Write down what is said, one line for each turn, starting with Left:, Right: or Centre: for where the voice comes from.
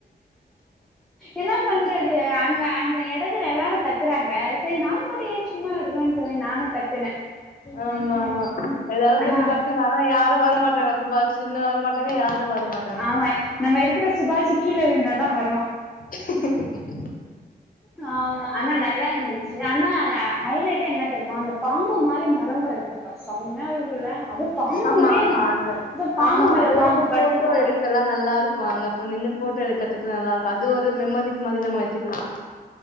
Centre: என்னா பண்றது அங்க அங் சி எடத்துல எல்லாரு கத்துறாங்க செரி நாமமட்டு ஏ சும்மா இருக்கனுன் சொல்லி நானு கத்துனே
Left: ஆமா
Centre: ம் ம்
Left: ஆமா எல்லாரு சேந்து
Centre: ஆனா
Left: கத்துங்க ஆனா யாரு வரமாட்டோங்க சுபாஷின்னு வரமாட் லங்க யாரு வர மாட்டாங்க
Centre: ஆமா நம்ம இருக்கிற சுபாஷி கீழ விழுந்தாதா வருவா
Left: <inaudible>
Centre: ஆமா ஆனா நல்லா இந்துச்சுல
Left: உம்
Centre: ஆனா ஹைலைட்டே என்ன தெரிமா அந்த பாம்பு மாரி மரங்க இருக்குப்பா சம்யா இருக்குல அது பாம்பு
Left: ஆமா
Centre: மாரியே
Left: ஆமா
Centre: இருக்கு
Left: அந்த
Centre: ஏதோ பாம்பு
Left: ஆமா
Centre: மேல
Left: அது
Centre: பாம்பு
Left: ஃபோட்டோ
Centre: படுத்த மாரி
Left: எடுக்கலான் நல்லா இருக்கு அங்க ஃபோ நின்னு ஃபோட்டோ எடுக்கற்துக்கு நல்லா இருக்கு அது ஒரு மெமரிஸ் மாரி வெச்சிக்லா